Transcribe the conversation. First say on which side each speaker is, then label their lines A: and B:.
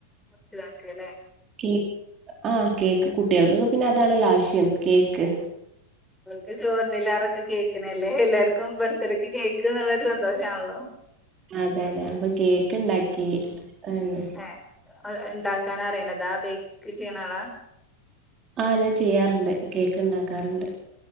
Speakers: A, in the centre; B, on the right (about 30°).
A: മുറിച്ചിതാക്കല്ലേ
B: ക്ക് ആഹ കേക്ക് കുട്ടികൾക്കൊക്കെ പിന്നെ അതാണ ലാശ്യം എ
A: അവക്ക് ചോറിണല്ലാരൊക്കെ കേൾക്കണല്ലേ എല്ലാവർക്കും ബർത്ത്ഡേ ഒക്കെ കേക്ക എന്ന സന്തോഷ ആണല്ലോ
B: അതെ അതെ അപ്പൊ കേക്ക് ഉണ്ടാക്കി ആഹ്
A: ഏ ഉണ്ടാക്കാൻ അറിയണതാ ബേക്ക് ചെയ്യണാണാ
B: ആഹ ഞാൻ ചെയ്യാറുണ്ട് കേക്ക് ഉണ്ടാക്കാറുണ്ട്